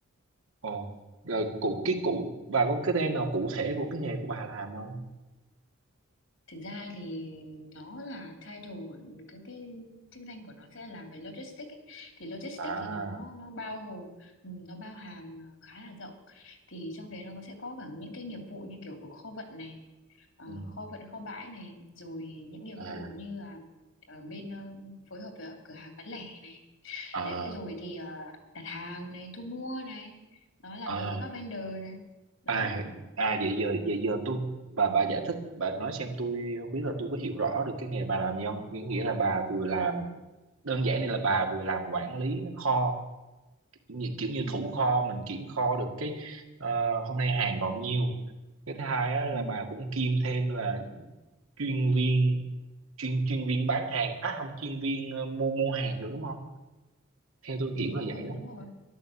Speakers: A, on the right; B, on the left.
A: Ồ, rồi cụ cái cụ bà có cái tên nào cụ thể của cái nghề của bà làm không?
B: thực ra thì nó là title của cái cái chức danh của nó sẽ làm về logistics ấy. thì logistics
A: À,
B: thì nó nó bao gồm ừ, nó bao hàm ờ, khá là rộng thì trong đấy nó có- sẽ có cả những cái nghiệp vụ như kiểu của kho vận này ờ,
A: ừ,
B: kho vận kho bãi này rồi những nghiệp
A: à,
B: vụ như là ở bên ờ, phối hợp với các cửa hàng bán lẻ này
A: à,
B: đấy rồi thì ờ, đặt hàng này thu mua này nó làm
A: à,
B: việc với các vendor này đó
A: à, à vậy giờ vậy giờ tôi bà bà giải thích bà nói xem tôi không biết là tôi có hiểu rõ được cái nghề bà làm gì không? Nghĩa nghĩa là bà vừa làm đơn giản này là bà vừa làm quản lý kho kiểu như, kiểu như
B: ừ,
A: thủ kho mình kiểm kho được cái ờ, hôm nay hàng còn nhiêu. Cái thứ hai á, là
B: ừ,
A: bà cũng kiêm thêm là chuyên viên chuyên chuyên viên bán hàng à không chuyên viên ờ, mua mua hàng nữa đúng không theo tôi hiểu
B: đúng
A: là
B: rồi
A: vậy đó
B: đúng rồi